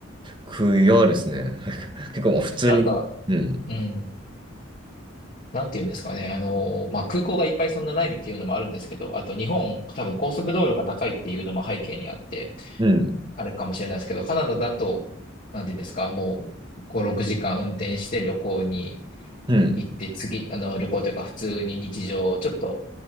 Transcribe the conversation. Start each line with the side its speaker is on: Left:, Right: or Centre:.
Right: 悔やですね。<laughs> 結構もう普通に、
Left: なんか、
Right: うん、
Left: うん。なんて言うんですかね。あの、まあ、空港がいっぱいそんなないっていうのもあるんですけど、あと日本、多分高速道路が高いっていうのも背景にあって、
Right: うん、
Left: あれかもしれないですけど、カナダだと、なんて言うんですか、もう5、6時間運転して旅行に
Right: うん、
Left: 行って次、あの、旅行というか普通に日常、ちょっと